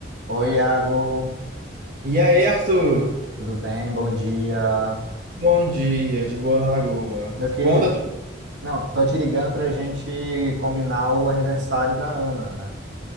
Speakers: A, on the right; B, on the right.
A: Oi, Iago,
B: E aí, Arthur?
A: tudo bem? Bom dia.
B: Bom dia, de boa na Lagoa.
A: Meu querido,
B: Conta tudo.
A: não, tô te ligando pra gente combinar o aniversário da Ana, né?